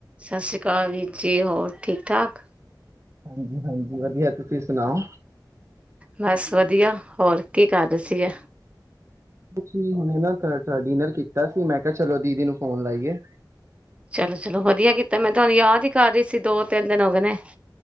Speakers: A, on the right; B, on the right.
A: ਸਸੀ ਅਕਾਲ ਜੀ। ਜੀ ਹੋਰ ਠੀਕ -ਠਾਕ
B: ਹਾਂਜੀ - ਹਾਂਜੀ ਵਧੀਆ ਤੁਸੀਂ ਸੁਣਾਓ।
A: ਬਸ ਵਧੀਆ ਹੋਰ ਕੀ ਕਰ ਰਹੇ ਸੀਗੇ?
B: ਕੁਛ ਨੀ ਹੁਣੇ ਨਾ ਟ-ਟ-ਡੀਨਰ ਕੀਤਾ ਸੀ, ਮੈਂ ਕਿਹਾ ਚਲੋ ਦੀਦੀ ਨੂੰ ਫੋਨ ਲਾਈਏ।
A: ਚਲੋ ਚਲੋ ਵਧੀਆ ਕੀਤਾ। ਮੈਂ ਤੁਹਾਨੂੰ ਯਾਦ ਈ ਕਰ ਰਹੀ ਸੀ ਦੋ ਤਿੰਨ ਦਿਨ ਹੋ ਗਏ ਨੇ।